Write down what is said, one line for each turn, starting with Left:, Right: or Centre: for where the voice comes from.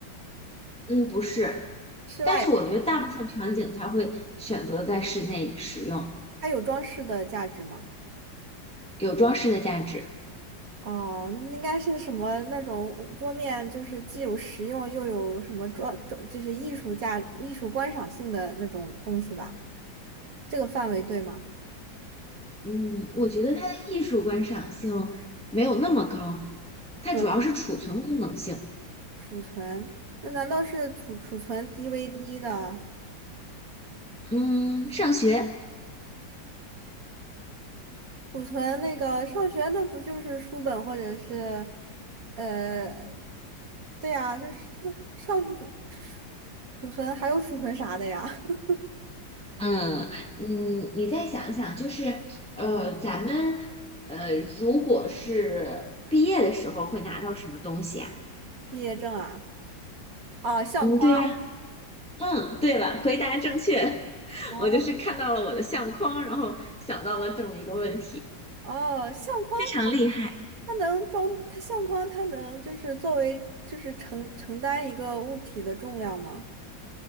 Centre: 嗯，不是，
Right: 室外
Centre: 但是我觉得大部分场景它会选择在室内使用，
Right: 它有装饰的价值吗？
Centre: 有装饰的价值。
Right: 哦，那应该是什么那种桌面，就是既有实用又有什么装装，就是艺术价、艺术观赏性的那种东西吧？这个范围对吗？
Centre: 嗯，我觉得它的艺术观赏性没有那么高，它主要是储存功能性。
Right: 主要储存，那难道是储储存 DVD 的？
Centre: 嗯，上学
Right: 储存那个上学那不就是书本或者是，呃，对呀，就是上储储存还有储存啥的呀？<laughs>
Centre: 嗯嗯，你再想想，就是呃，咱们呃，如果是毕业的时候会拿到什么东西啊？
Right: 毕业证啊，啊，相框
Centre: 嗯，对呀，嗯，对了，回答正确。<laughs>
Right: 哦，
Centre: 我就是看到了我的相框，然后想到了这么一个问题，
Right: 哦，相框它
Centre: 非常厉害。
Right: 它能装它相框它能就是作为就是承承担一个物体的重量吗？